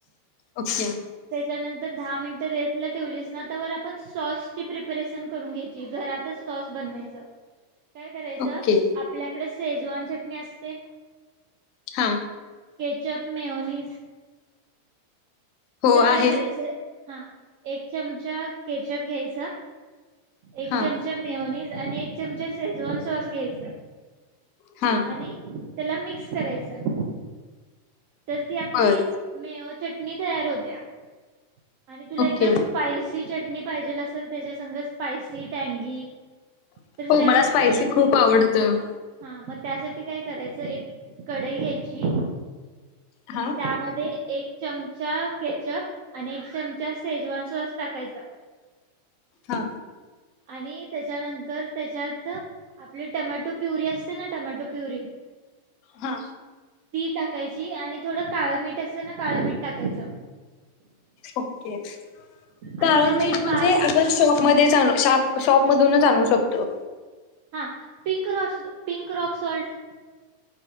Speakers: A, on the left; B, on the right.
A: ओके.
B: त्याच्यानंतर दहा मिनिटं रेस्ट ठेवलीस ना, तवर आपण सॉस ची प्रिपरेशन करून घ्यायची, घरातच सॉस बनवायच. काय करायचं
A: ओके
B: आपल्याकडे सेजवान चटणी अस ते.
A: हा
B: केचप मेओनिज.
A: हो
B: तर काय
A: आहे
B: करायचं, हा एक चमचा केचप घ्यायचा. एक
A: हा
B: चमचा मिओनीज आणि एक चमचा शेजवान सॉस घ्यायचा.
A: हा
B: आणि त्याला मिक्स करायचं. तर ती आपली,
A: बर
B: मेओ चटणी तयार होतीया. आणि तुला
A: ओके
B: एकदम स्पायसी चटणी पाहिजेल असेल. तर त्याच्या सं स्पायसी, टँगी
A: हो
B: तर त्यासाठी
A: मला स्पायसी
B: काय कर
A: खूप आवडतं
B: हा, म त्यासाठी काय करायचं एक कढाई घ्यायची.
A: हा
B: त्यामध्ये एक, चमचा केचअप आणि एक चमचा सेजवान सॉस टाकायचा.
A: हा.
B: आणि त्याच्यानंतर त्याच्यात आपली टमॅटो प्युरी असते, ना टमॅटो प्युरी
A: हा
B: ती टाकायची. आणि थोडं काळं मीठ असतय. ना काळं मीठ टाकायचं.
A: ओके. काळ
B: आणि त्याला
A: मीठ
B: एक
A: म्हणजे
B: पाच
A: आपण शॉप मध्ये श शॉप मधूनच आणू शकतो.
B: हा pink raw pink rock salt